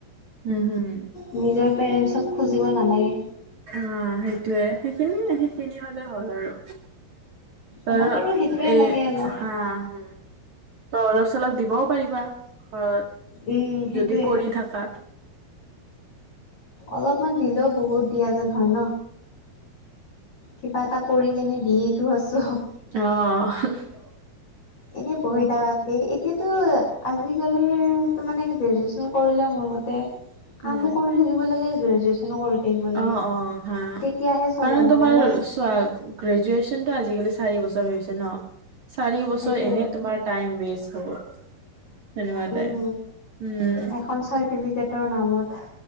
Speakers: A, on the right; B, on the left.
A: উম, হুম।
B: নিজৰ পেৰেণ্টছক খুজিব নালাগে।
A: অ', সেইটোয়ে সেইখিনিয়ে সেইখিনি হলে হ'ল আৰু। ত
B: আমাক আৰু সেইটোৱে
A: এ
B: লাগে অলপ
A: হা হ <unintelligible> ত অলপ চলপ দিবও পাৰিবা ঘৰত।
B: উম, সেইটোয়ে।
A: যদি কৰি থাকা
B: অলপমান দিলেও বহুত দিয়া যেন হয় ন? কিবা এটা কৰি কিনে দিয়েতো আছোঁ।
A: অ'।
B: এনেই বহি থকাতকে এতিয়াতো আজিকালিৰ মানে গ্ৰেজুৱেচন কৰিলে মোৰ মতে তে কামো
A: উম
B: কৰি থাকিব লাগে, গ্ৰেজুৱেচনো কৰি থাকিব লাগে
A: অ', অ', হা
B: তেতিয়াহে চলে
A: কাৰণ
B: নহ'লে
A: তোমাৰ চোৱা গ্ৰেজুৱেচনটো আজিকালি চাৰি বছৰ হৈছে ন? চাৰি বছৰ
B: সেইটোৱে
A: এনে তোমাৰ টাইম ৱেষ্ট হ'ব। যেনেকুৱা
B: উম
A: টাইপ, উম।
B: এখন চাৰ্টিফিকেটৰ নামত।